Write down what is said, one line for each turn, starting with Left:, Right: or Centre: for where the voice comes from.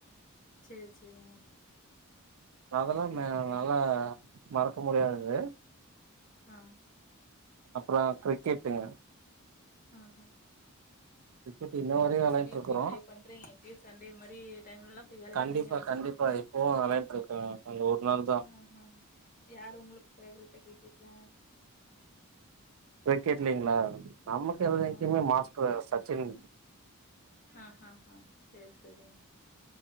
Left: சேர் சேரிங்க
Right: அதல்லா
Left: சேரி
Right: நே
Left: சேரி
Right: நல்லா மறக்க முடியாது
Left: ஆ
Right: அப்றோ க்ரிக்கெட்டுங்க
Left: ஆ ஹா
Right: கிரிக்கெட் இன்ன வரையு வெளையாண்ட்டு
Left: இப்பயேப்
Right: இருக்குறோ
Left: போய் ப்ளே பண்றிங்க இப்யு சண்டே மாறி டைம்லல்லா போய் வெளயாட்றிங்க
Right: கண்டிப்பா
Left: போய்க்ரி
Right: கண்டிப்பா
Left: கிட்டு
Right: இப்பவு வெளையாண்ட்டு இருக்கோ அந்த ஒரு நாள் தா
Left: ம் ம் யாரு உங்களுக் ஃபேவரட்டு க்ரிக்கெட்ல
Right: கிரிக்கெட்லைங்ளா நமக்கு என்னைக்குமே
Left: ம்
Right: மாஸ்டர் சச்சின்.
Left: ஆஹ் ஹாஹா சேரி சேரிங்